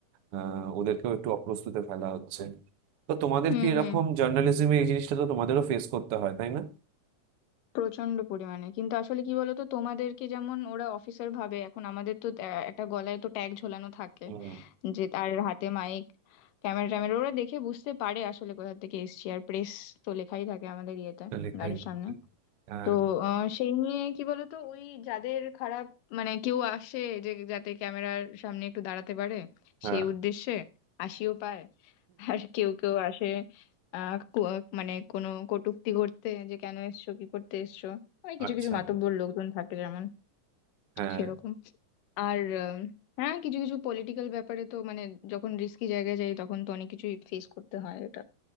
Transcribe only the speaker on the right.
আহ, ওদেরকেও একটু অপ্রস্তুতে ফেলা হচ্ছে তো তোমাদের
কি এরকম
জার্নালিজমে এই জিনিসটা তো তোমাদেরও ফেস করতে হয় তাই না
হুম,
এটা লেখাই
হচ্ছে।
হ্যাঁ
হ্যাঁ
আচ্ছা
হ্যাঁ